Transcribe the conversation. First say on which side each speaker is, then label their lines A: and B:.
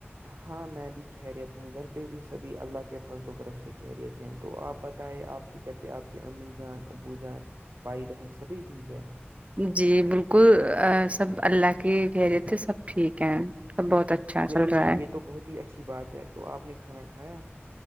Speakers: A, on the right; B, on the right.
A: ہاں میں بھی کہہ رہیت ہوں گھر پہ بھی سبھی اللہ کے فضل و کرم سے کہہ رہت ہیں تو آپ بتائے آپ کے گھر پہ آپ کے امی جان ابو جان بھائی بہن سبھی ٹھیک ہے
B: جی بالکل سب اللہ کی کہہریےت تھے سب ٹھیک ہیں سب بہت اچھا
A: چلیے
B: چل رہا
A: جی
B: ہے
A: یہ تو بہت ہی اچھی بات ہے تو آپ نے کھانا کھایا